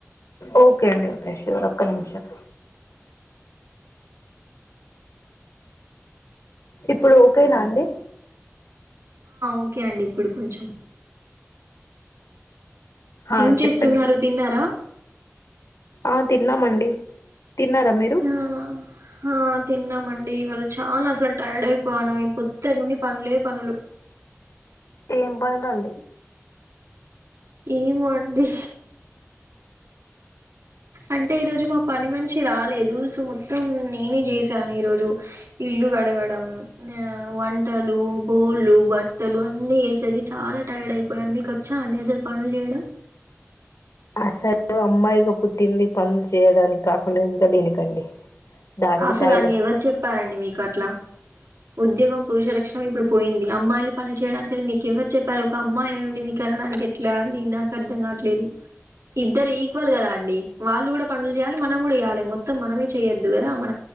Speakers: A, on the left; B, on the right.
A: ఓకే అండి ఓకే షూర్ ఒక్క నిమిషం ఇప్పుడు ఓకేనా అండి
B: ఓకే అండి ఇప్పుడు కొంచెం
A: ఆ
B: ఏం చేస్తున్నారు
A: చెప్పండి
B: తిన్నారా
A: ఆ తిన్నామండి తిన్నారా మీరు
B: ఆ ఆ తిన్నామండి ఇవాళ చాలా అసలు టైర్డ్ అయిపోయాను పొద్దట్నుండి పనులే పనులు
A: ఏం పనులండి
B: ఏమో అండి అంటే ఈ రోజు మా పని మనిషి రాలేదు సో మొత్తం నేనే చేసాను ఈరోజు ఇల్లు గడగడం ఆ వంటలు బొల్లు బట్టలు అన్నీ చేసరికి చాలా టైర్డ్ అయిపోయాను మీకోచ్ చ్చా అండి అసలు పనులు చేయడం
A: అసలు అమ్మాయిగా పుట్టింది పనులు చేయడానికి కాకుండా ఇంకా దేనికండి దానికి
B: అసలు
A: టైడే
B: అని ఎవరు చెప్పారండి మీకు అట్లా ఉద్యోగం పురుష లక్షణం ఇప్పుడు పోయింది అమ్మాయిలు పని చేయడాని కాని మీక్ ఎవరు చెప్పారు ఒక అమ్మాయి అయ్యిండి మీకు అనడానికి ఎట్లా అండి అని నా నాక్ అర్థం కాట్లేదు ఇద్దరు ఈక్వల్ కదా అండి వాళ్ళు కూడా పనులు చేయాలి మనం కూడాచేయాలి మొత్తం మనమే చేయొద్దు కదా మ